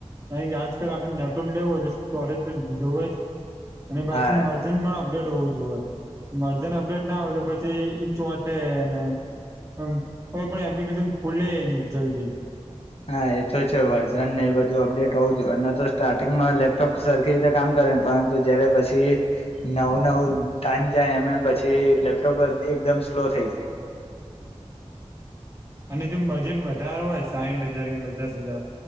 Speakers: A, on the right; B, on the left.
A: કઈ આજકાલ આપે નેપ લેવો હોય તો સ્ટોરેજ ત જોવે જ અને પાછું
B: હા
A: મર્જનમાં ડેટ હોવું જોવે મર્જન અપડેટ ના હોય તો પછી ચોટેને આમ કોઈ પણ એપ્લિકેશન ખુલે ની જલ્દી
B: હા એ તો છે વર્ઝનને એ બધું અપડેટ હોવું જોઈએ તો સ્ટાર્ટિંગમાં લેપટોપ સરખી રીતે કામ ક કરે પરંતુ જ્યારે પછી નવું નવું ટાઈમ જાય એમ એમ પછી લેપટોપ એક દમ સ્લો થઇ જાય
A: અને જે બજેટ વધારો હોય સાહીઠ હજાર પચાસ હજાર